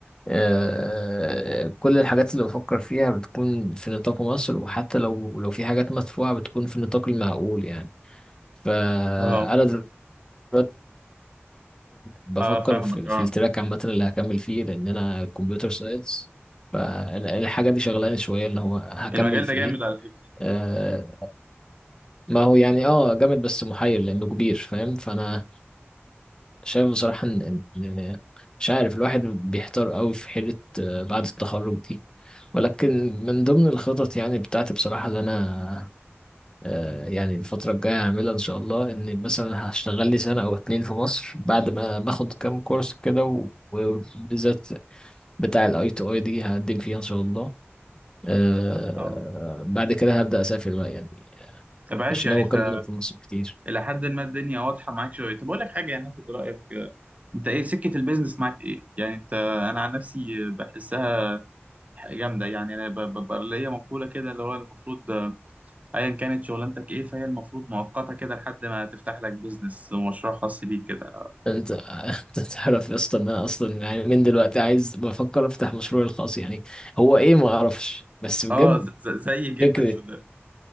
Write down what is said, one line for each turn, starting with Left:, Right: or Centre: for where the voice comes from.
Left: آه... كل الحاجات اللي بفكر فيها بتكون في نطاق مصر وحتى لو لو في حاجات مدفوعه بتكون في النطاق المعقول يعني فانا
Right: اه
Left: دلوقتي بفكر
Right: اه فاهمك
Left: في,
Right: اه
Left: في التراك عامه اللي هكمل فيه لان انا كمبيوتر ساينس فالحاجه دي شغلاني شويه اللي هو هكمل
Right: المجال
Left: في
Right: ده جامد
Left: ايه
Right: على فكره
Left: آه... ما هو يعني اه جامد بس محير لانه كبير فاهم فانا شايف بصراحه ان إن- إن- مش عارف الواحد بيحتار قوي في حيره آه، بعد التخرج دي ولكن من ضمن الخطط يعني بتاعتي بصراحه اللي انا آه، يعني الفتره الجايه هعملها ان شاء الله ان مثلا هشتغل لي سنه او اتنين في مصر بعد ما باخد كام كورس كده و- وبالذات بتاع الاي تو اي دي هقدم فيها ان شاء الله آه،
Right: اه
Left: بعد كده هبدا اسافر بقى يعني
Right: طب عايش
Left: مش
Right: يعني
Left: ناوي
Right: انت
Left: اكمل في مصر كتير
Right: الى حد ما الدنيا واضحه معاك شويه طب اقول لك حاجه يعني اخد رايك آه، انت ايه سكه البيزنس معاك ايه يعني انت انا عن نفسي بحسها جامده يعني انا ب- ببقى ليا مقوله كده اللي هو المفروض آه، ايا كانت شغلانتك ايه فهي المفروض مؤقته كده لحد ما تفتح لك بيزنس ومشروع خاص بيك كده
Left: انت انت تعرف يا اسطى ان انا اصلا يعني من دلوقتي عايز بفكر افتح مشروعي الخاص يعني هو ايه ما اعرفش بس بجد
Right: اه ز- ز- زي جدا
Left: فكره
Right: صدق